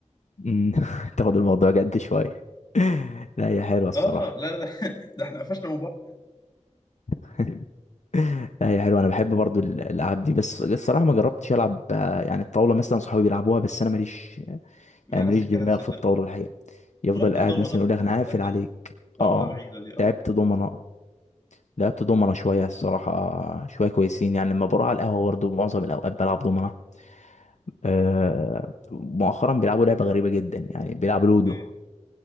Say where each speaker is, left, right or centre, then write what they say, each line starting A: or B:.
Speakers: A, on the left (about 70°); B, on the left (about 35°).
A: امم <laughs> تاخد الموضوع جد شويه <laughs> لا هي حلوه الصراحه
B: آه لا لا ده <laughs> ده إحنا قفشنا
A: <laughs> لا هي حلوه انا بحب برضو ال- الالعاب دي بس الصراحه ما جربتش العب آه، يعني الطاوله مثلا صحابي بيلعبوها بس انا ماليش
B: مع
A: يعني
B: نفس
A: ماليش
B: الكلام
A: دماغ
B: صدق
A: في الطاوله الحقيقه يفضل
B: ممكن
A: قاعد
B: دومنا
A: مثلا يقول لك انا هقفل
B: لكن
A: عليك
B: طاولة
A: اه
B: بعيدة
A: آه،
B: دي أو
A: لعبت دومنه لعبت دومنه شويه الصراحه آه، شويه كويسين يعني لما بروح على القهوه برضو معظم الاوقات بلعب دومنه آه مؤخرا بيلعبوا لعبه غريبه جدا يعني بيلعبوا لودو
B: إيه